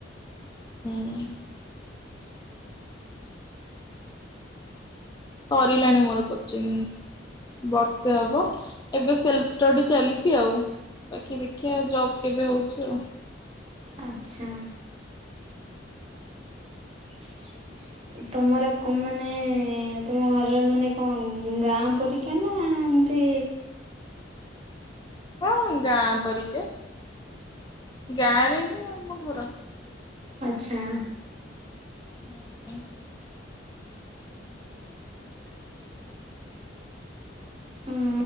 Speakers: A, on the left; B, on the right.
A: ହୁଁ। ସରିଲାଣି ମୋର କୋଚିଂ। ବର୍ଷେ ହବ ଏବେ ସେଲଫ ଷ୍ଟଡି ଚାଲିଚି ଆଉ। ବାକି ଦେଖିବା ଜବ କେବେ ହଉଚି ଆଉ।
B: ଆଛା। <unintelligible> ତମର ମାନେ ତମ ଘରର ମାନେ କଣ ଗାଁ ପରୀକ୍ଷା ନା ନ୍ତି
A: ହଁ ଗାଁ ପରୀକ୍ଷା ଗାଁରେ ହିଁ ଆମ ଘର।
B: ଆଛା।
A: ହୁଁ
B: ହୁଁ,